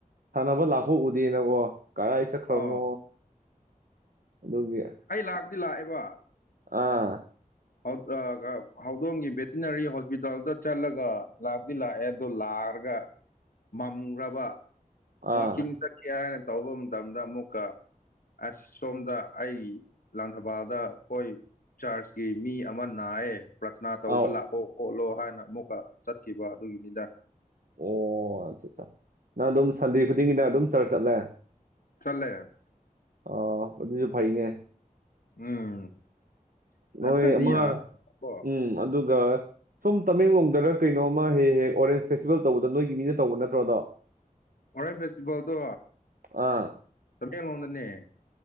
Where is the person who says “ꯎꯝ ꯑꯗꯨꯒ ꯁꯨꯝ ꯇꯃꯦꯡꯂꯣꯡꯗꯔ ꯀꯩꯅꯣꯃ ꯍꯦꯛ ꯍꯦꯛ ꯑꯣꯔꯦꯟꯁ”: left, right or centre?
Right